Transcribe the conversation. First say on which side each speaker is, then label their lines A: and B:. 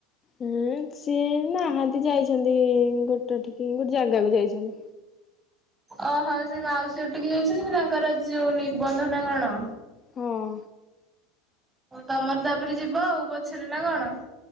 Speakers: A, on the left; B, on the right.
A: ହୁଁ ସିଏ ନାହାନ୍ତି ଯାଇଛନ୍ତି ଗୋଟ ଠିକି ଗୋଟେ ଜାଗାକୁ ଯାଇଛନ୍ତି।
B: ଓହୋଁ ସେ ମାଉସୀ ହଟିକେ ଯାଇଛନ୍ତି କି ତାଙ୍କର ଆଯି ଯୋଉ ନିର୍ବନ୍ଧନା କଣ?
A: ହଁ।
B: ତମର ତାପରେ ଯିବ ଆଉ ପଛରେ ନା କଣ?